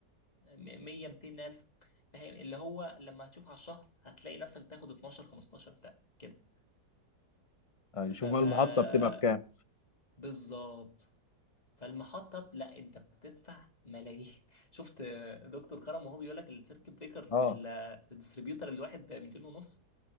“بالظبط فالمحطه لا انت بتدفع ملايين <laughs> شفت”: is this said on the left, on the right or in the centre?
Left